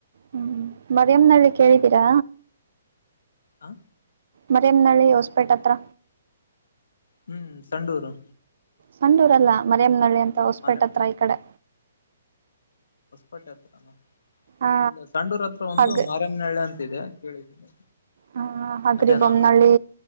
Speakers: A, on the right (about 65°); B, on the left (about 80°).
A: ಹ್ಮ್
B: ಹ್ಮ್
A: ಮರಿಯಮಲ್ಲಿ ಕೇಳಿದ್ದೀರಾ
B: ಹ
A: ಮರೆಮನಹಳ್ಳಿ ಹೊಸಪೇಟೆ ಹತ್ರ
B: ಹ್ಮ್ ಸಂಡೂರು
A: ಸಂಡೂರಲ್ಲ ಮರಮನಹಳ್ಳಿ ಅಂತ ಹೊಸಪೇಟೆ
B: ಮಾರ
A: ಹತ್ರ ಈ ಕಡೆ
B: ಹತ್ರ
A: ಆ
B: ಇಲ್ಲ ಸಂಡೂರ ಹತ್ರ ಒಂದು
A: ಹಗ್
B: ಮಾರನಳ್ಳೆ ಅಂತಿದೆ ಕೇಳಿದ್ದೀನಿ
A: ಹ ಹಾಗ್ರಿ
B: ಅದೇನಾ
A: ಬೊಮ್ಮನಹಳ್ಳಿ